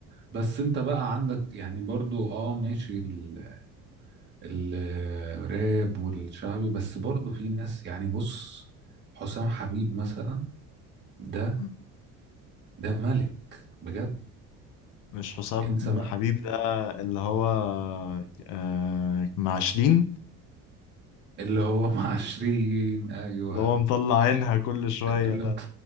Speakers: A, on the right; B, on the left.
A: بس انت بقى عندك يعني برضو اه ماشي ال... ال- الراب والشعبي بس برضو في ناس يعني بص حسام حبيب مثلا ده
B: م-
A: ده ملك بجد
B: مش حسام
A: انسى
B: حبيب ده اللي هو آه مع شيرين
A: اللي هو <laughs> مع عشرين ايوه
B: اللي هو مطلع عينها كل شوية
A: اللي
B: ده
A: مط...